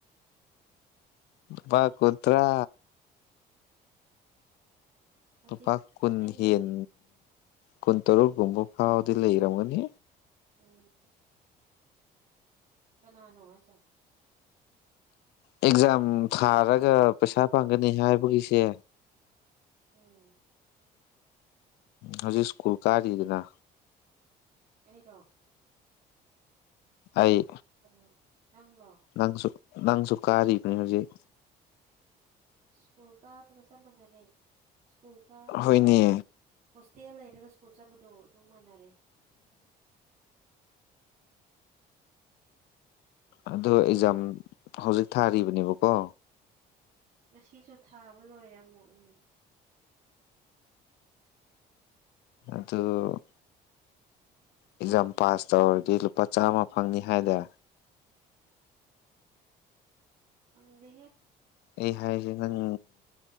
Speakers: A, on the left; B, on the right.
A: ꯂꯨꯄꯥ ꯀꯨꯠꯇ꯭ꯔꯥ
B: ꯍꯧꯖꯤꯛ
A: ꯂꯨꯄꯥ ꯀꯨꯟ
B: ꯑꯩꯅ
A: ꯍꯦꯟ ꯀꯨꯟꯇꯔꯨꯛꯒꯨꯝꯕ ꯐꯥꯎꯗꯤ ꯂꯩꯔꯝꯒꯅꯤ
B: ꯎꯝ ꯀꯅꯥꯅꯣ ꯍꯥꯏꯁꯦ
A: ꯑꯦꯛꯖꯥꯝ ꯊꯥꯔꯒ ꯄꯩꯁꯥ ꯐꯥꯡꯒꯅꯤ ꯍꯥꯏꯕꯒꯤꯁꯦ
B: ꯎꯝ
A: ꯍꯧꯖꯤꯛ ꯁ꯭ꯀꯨꯜ ꯀꯥꯔꯤꯗꯅ
B: ꯑꯩꯔꯣ
A: ꯑꯩ
B: ꯑꯣ ꯅꯪꯂꯣ
A: ꯅꯪꯁꯨ ꯅꯪꯁꯨ ꯀꯥꯔꯤꯕꯅꯤ ꯍꯧꯖꯤꯛ
B: ꯁ꯭ꯀꯨꯜ ꯀꯥꯕꯒ ꯆꯞ ꯃꯥꯟꯅꯔꯦ ꯁ꯭ꯀꯨꯜ ꯀꯥꯕꯒ
A: ꯍꯣꯏꯅꯦ
B: ꯍꯣꯁꯇꯦꯜ ꯂꯩꯔꯒ ꯁ꯭ꯀꯨꯜ ꯆꯠꯄꯗꯣ ꯑꯗꯨꯝ ꯃꯥꯟꯅꯔꯦ
A: ꯑꯗꯨ ꯑꯦꯛꯖꯥꯝ ꯍꯧꯖꯤꯛ ꯊꯥꯔꯤꯕꯅꯦꯕꯀꯣ
B: ꯉꯁꯤꯁꯨ ꯊꯥꯕ ꯂꯣꯏꯔꯦ ꯑꯃꯨꯛ ꯎꯝ
A: ꯑꯗꯣ ꯑꯦꯛꯖꯥꯝ ꯄꯥꯁ ꯇꯧꯔꯗꯤ ꯂꯨꯄꯥ ꯆꯥꯝꯃ ꯐꯪꯅꯤ ꯍꯥꯏꯗ
B: ꯐꯪꯗꯦꯍꯦ
A: ꯑꯩ ꯍꯥꯏꯔꯤꯁꯦ ꯅꯪ